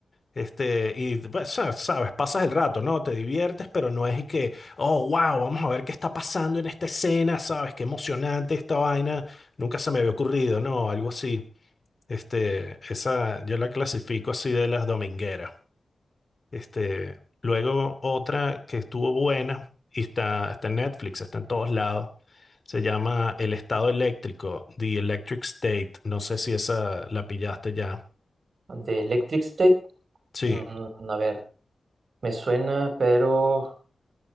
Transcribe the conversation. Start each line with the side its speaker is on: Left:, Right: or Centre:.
Left: este, y pues, sa- sabes, pasas el rato, ¿no? Te diviertes, pero no es y que, oh, wow, vamos a ver qué está pasando en esta escena, ¿sabes? Qué emocionante esta vaina, nunca se me había ocurrido, ¿no? Algo así. Este, esa, yo la clasifico así de las domingueras. Este, luego otra que estuvo buena y está, está en Netflix, está en todos lados. Se llama El Estado Eléctrico, The Electric State. No sé si esa la pillaste ya.
Right: De Electric State,
Left: Sí,
Right: mm, a ver. Me suena, pero...